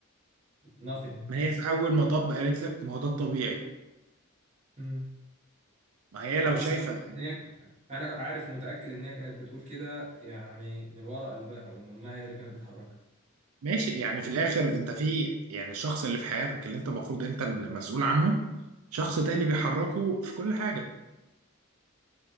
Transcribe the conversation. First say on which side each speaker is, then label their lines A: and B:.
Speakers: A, on the right (about 30°); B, on the right (about 80°).
A: nothing
B: ما هي في اول مطب قالت لك ما هو ده الطبيعي
A: مم.
B: ما هي لو
A: بس
B: شايفه
A: انا إن هي- انا عارف ومتاكد ان هي كانت بتقول كده يعني من وراء قلبها وان امها هي اللي كانت بتحركها
B: ماشي يعني في الاخر انت في يعني الشخص اللي في حياتك اللي انت المفروض انت المسؤول عنه شخص تاني بيحركه في كل حاجه